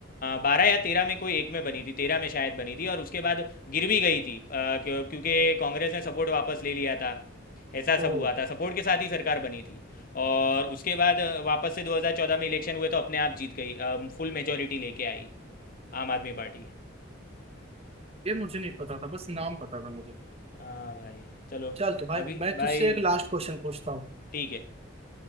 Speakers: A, on the left; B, on the right.
A: बारह या तेरह में कोई एक में बनी थी तेरह में शायद बनी थी और उसके बाद गिर भी गई थी अ, क्यों- क्योंकि कांग्रेस ने सपोर्ट वापस ले लिया था ऐसा
B: तो
A: सब हुआ था सपोर्ट के साथ ही सरकार बनी थी और उसके बाद अ, वापस से 2014 में इलेक्शन हुए तो अपने आप जीत गई फुल मेजोरिटी लेके आई आम आदमी पार्टी
B: ये मुझे नहीं पता था बस नाम पता था मुझे
A: हाँ भाई चलो
B: चल तो भाई
A: अभी
B: मैं
A: भाई
B: तुझसे एक लास्ट क्वेश्चन पूछता हूँ
A: ठीक है